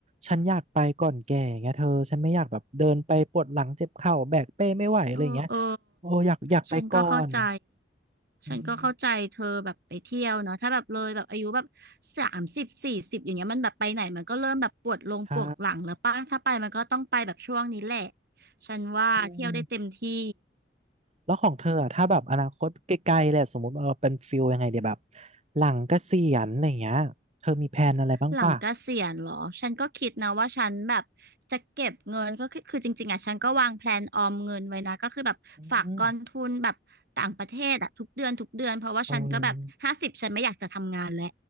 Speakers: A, on the right; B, on the right.
A: ฉันอยากไปก่อนแก่ไงเธอฉันไม่อยากแบบเดินไปปวดหลังเจ็บเข่าแบกเป้ไม่ไหวอะไรอย่างเงี้ย
B: เออเออ
A: โอ้อยากอยากไปก่อน
B: ฉันก็เข้าใจ
A: อืม
B: ฉันก็เข้าใจเธอแบบไปเที่ยวเนาะถ้าแบบเลยแบบอายุแบบสามสิบสี่สิบอย่างเงี้ยมันแบบไปไหนมันก็เริ่มแบบปวดลงปวดหลังแล้วป่ะถ้าไปมันก็ต้องไปแบบช่วงนี้แหละ
A: ใช่
B: ฉันว่าเที่ยวได้เต็มที่
A: อืม แล้วของเธออะถ้าแบบอนาคตไกลๆเลยอะสมมติเออเป็นฟิลยังไงเดี๋ยวแบบหลังเกษียณอะไรอย่างเงี้ยเธอมีแผนอะไรบ้างป่ะ
B: หลังเกษียณเหรอ ฉันก็คิดนะว่าฉันแบบจะเก็บเงินก็คือคือจริงๆอ่ะฉันก็วางแพลนออมเงินไว้นะก็คือแบบฝากกองทุนแบบต่างประเทศอ่ะทุกเดือนทุกเดือนเพราะว่าฉันก็แบบห้าสิบฉันไม่อยากจะทำงานแล้ว
A: อืมเออ